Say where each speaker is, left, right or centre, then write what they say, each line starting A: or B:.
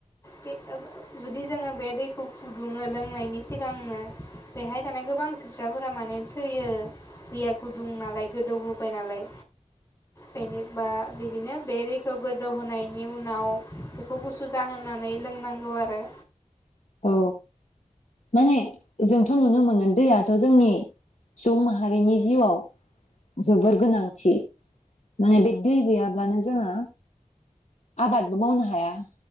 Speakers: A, on the left (about 20°); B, on the left (about 60°).
A: बे जुदि जोङो बे दैखौ फुदुङो लोंनायनि सिगांनो बेहाय थानाय गोबां जिबसाफोरा माने थैयो दैया गुदुं नालाय गोदौहोबाय नालाय बेनिबा बिदिनो बे दैखौ गोदौहोनाय बेनि उनाव बेखौ गुसु जाहोनानै लोंनांगौ आरो
B: औ माने जोंथ' नुनो मोनो दैयाथ' जोंनि सुबुं माहारिनि जिउआव जोबोर गोनांथि माने बे दै गैयाब्लानो जोंहा आबादबो मावनो हाया।